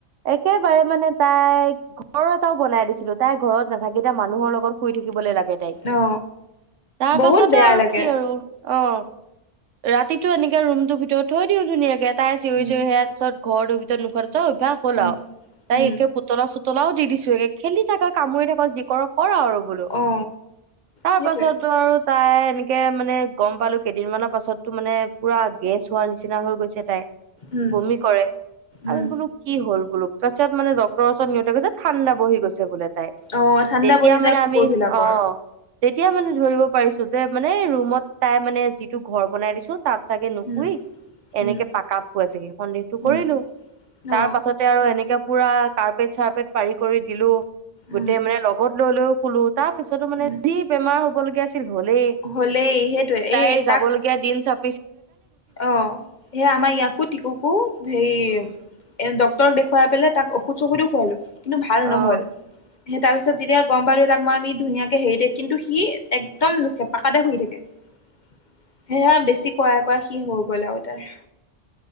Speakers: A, on the right; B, on the left.
A: একেবাৰে মানে তাই ঘৰ এটাও বনাই দিছিলো। তাই ঘৰত নাথাকে তাই মানুহৰ লগত শুই থাকিবলৈ লাগে। <unintelligible>
B: অ
A: তাৰ
B: বহুত
A: পাছতে
B: বেয়া
A: আৰু
B: লাগে
A: কি আৰু। অ',। ৰাতিটো এনেকে ৰুমটোৰ ভিতৰত থৈ দিওঁ ধুনীয়াকে তাই চিঞৰি
B: উম
A: চিঞৰি সেয়া পিছত ঘৰটোৰ ভিতৰত নুশুৱাতো অভ্যশ হ'ল
B: উম
A: আৰু। তাই
B: উম
A: একে পুতলা-চুত তলাওঁ দি দিছো একে। খেলি থাকক, কামুৰি থাকক যি কৰক কৰ আৰু বোলো।
B: অ
A: তাৰ
B: সেইটোৱে
A: পাছতটো আৰু তাই তেনেকে মানে গম পালো কেইদিনমানৰ পাছতটো মানে পুৰা গেছ হোৱাৰ নি চিনা হৈ গৈছে তাই,
B: উম
A: বমি কৰে। আমি
B: উম
A: বোলো কি হ'ল বোলো। পাছত মানে ডক্টৰ ওচৰত নিওঁতে কৈছে, ঠাণ্ডা বহি গছে বোলে তাই।
B: অ ঠাণ্ডা
A: তেতিয়া
B: বহি যায়
A: মানে
B: কুকুৰ
A: আমি
B: বিলাকৰ
A: অ',। তেতিয়া মানে ধৰিব পাৰিছো যে মানে, ৰুমত তাই মানে যিটো ঘৰ বনাই দিছো তাত চাগে নুশুই,
B: উম
A: এনেকে
B: উম
A: পাকাপ শুৱে চাগে। সন্দেহটো কৰিলো।
B: উম
A: তাৰ
B: অ
A: পাছতে আৰু এনেকে পুৰা কাৰ্পেট চাৰপেট পাৰি কৰি দিলো। গোটেই
B: উম
A: মানে লগত লৈ-লৈও শুলো। তাৰ পিছতো মানে
B: উম
A: যি বেমাৰ হ'বল- হলেই।
B: হ'লেই সেইটোৱে
A: তাইৰ
B: এই
A: যাবলগীয়া
B: তাক
A: দিন সব
B: অ',। সেয়া আমাৰ ইয়াকো, টিকুকো হেৰি
A: উম
B: এ, ডক্তৰক দেখুৱাই পেলাই তাক ঔষধ ঔষধো খোৱালো। কিন্তু ভাল
A: অ
B: নহল। সেই তাৰ পিছত যেতিয়া গম পালো তাক মই আমি ধুনীয়াকে হেৰি দে, কিন্তু সি একদম নুশুৱে পাকাতে শুই থাকে। সেয়া বেছি কৰাই কৰাই সি হৈ গ'ল আৰু তাৰ।